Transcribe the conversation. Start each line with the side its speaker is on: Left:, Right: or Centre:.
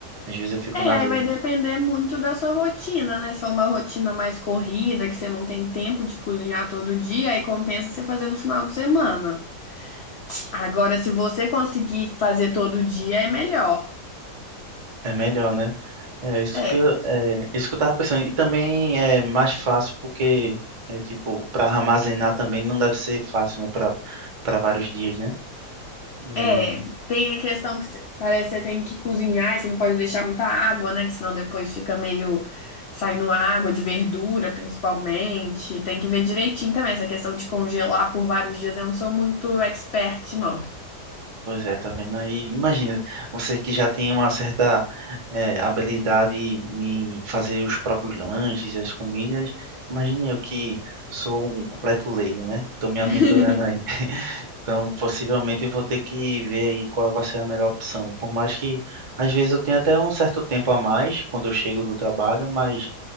Right: Às vezes eu fico
Left: É,
Right: na
Left: aí
Right: dúvida.
Left: vai depender muito da sua rotina, né? Se é uma rotina mais corrida, que você não tem tempo de cozinhar todo dia, aí compensa você fazer no final de semana. Agora, se você conseguir fazer todo dia, é melhor.
Right: É melhor, né? É isso
Left: É,
Right: que eu, é isso que eu tava pensando. E também é mais fácil porque é tipo, para armazenar também não deve ser fácil, né, para para vários dias, né? É,
Left: é. Tem a questão que você- parece que você tem que cozinhar e você não pode deixar muita água, né? Que senão depois fica meio saindo água de verdura, principalmente. Tem que ver direitinho também. Essa questão de congelar por vários dias, eu não sou muito expert, não.
Right: Pois é, tá vendo aí? Imagina, você que já tem uma certa eh, habilidade em fazer os próprios lanches, as comidas, imagine eu que sou um completo leigo, né? Tô me aventurando
Left: <laughs>
Right: aí. <laughs> Então, possivelmente eu vou ter que ver aí qual vai ser a melhor opção. Por mais que, às vezes, eu tenha até um certo tempo a mais quando eu chego do trabalho, mas